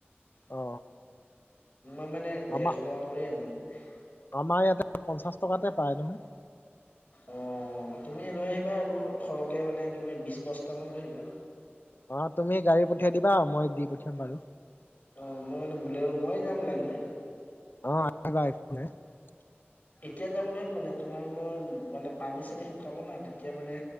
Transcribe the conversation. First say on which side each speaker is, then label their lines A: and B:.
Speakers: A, on the left; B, on the left.
A: অ
B: মই মানে
A: আমাৰ
B: দেৰশ টকা কৰিয়েই আনো মানে।
A: আমাৰ ইয়াতে পঞ্চাশ টকাতে পায় নহয়।
B: অ তুমি লৈ আহিবা আৰু সৰহকে মানে তুমি বিশ বস্তামান লৈ আহিবা।
A: অ তুমি গাড়ী পঠিয়াই দিবা মই দি পঠিয়াম বাৰু।
B: অ' মই মানে বুলেৰু আৰু মই যাম লাগিলে।
A: অ আহিবা এইফালে <unintelligible>
B: এতিয়া যাব নোৱাৰিম মানে তোমাৰ মই মানে পানী-চানী শুকাব না তেতিয়া মানে